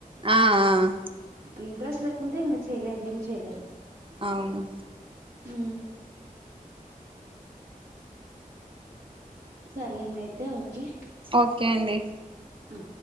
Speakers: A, on the right; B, on the right.
A: ఆ ఆ
B: ఇంట్రెస్ట్ లేకుంటే ఇంగ చెయ్లేర్ ఏం చెయ్లేరు
A: అవును
B: ఉ సర్లేండైతే ఓకే
A: ఓకే అండి
B: అ